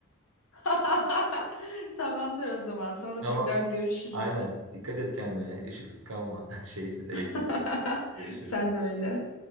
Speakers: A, on the left; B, on the right.
A: <laughs> Tamamdır o zaman.
B: <laughs>
A: Sonra
B: Ama
A: tekrar görüşürüz.
B: aynen dikkat et kendine. Işıksız kalma. <laughs> Şeysiz, elektriksiz.
A: <laughs>
B: Görüşürüz.
A: Sen de öyle.